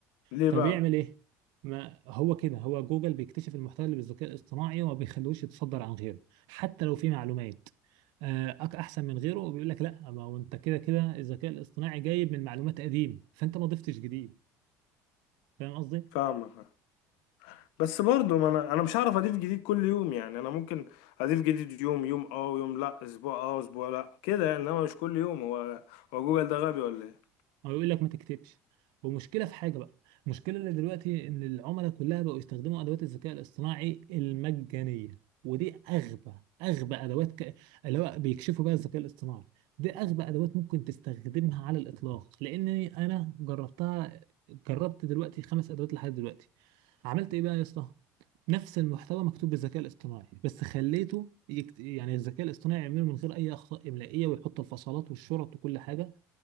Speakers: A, on the left (about 85°); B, on the right (about 80°).
A: ليه
B: فبيعمل
A: بقى
B: ايه ما هو كده هو جوجل بيكتشف المحتوى اللي بالذكاء الاصطناعي وما بيخلوش يتصدر عن غيره حتى لو فيه معلومات آه، أك- احسن من غيره وبيقول لك لا ما هو انت كده كده الذكاء الاصطناعي جايب من معلومات قديم فانت ما ضفتش جديد فاهم قصدي
A: فاهمك آه. بس برضه ما انا انا مش هعرف اضيف جديد كل يوم يعني انا ممكن اضيف جديد يوم يوم اه ويوم لا اسبوع اه اسبوع لا كده يعني انما مش كل يوم هو هو جوجل ده غبي ولا
B: هو يقول لك ما تكتبش ومشكله في حاجه بقى المشكله اللي دلوقتي ان العملاء كلها بقوا يستخدموا ادوات الذكاء الاصطناعي المجانيه ودي اغبى اغبى ادوات ك... اللي هو بيكشفوا بقى الذكاء الاصطناعي دي اغبى ادوات ممكن تستخدمها على الاطلاق لان انا جربتها جربت دلوقتي خمس ادوات لحد دلوقتي عملت ايه بقى يا اسطى نفس المحتوى مكتوب بالذكاء الاصطناعي بس خليته يكت... يعني الذكاء الاصطناعي يعمله من غير اي اخطاء املائيه ويحط الفصلات والشرط وكل حاجه